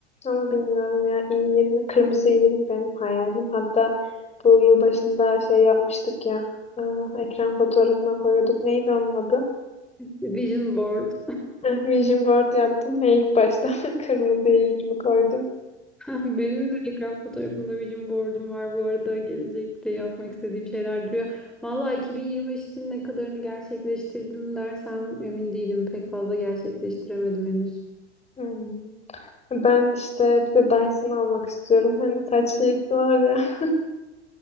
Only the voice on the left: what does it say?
Ama bilmiyorum ya i20 kırmızı i20 benim hayalim. Hatta bu yılbaşında şey yapmıştık ya e, ekran fotoğrafına koyuyorduk. Neydi onun adı?
Heh, Vision board yaptım ve ilk başta <laughs> kırmızı i20 koydum.
Hmm. Ben işte bir de Dyson almak istiyorum. Hani saç şeysi var ya. <laughs>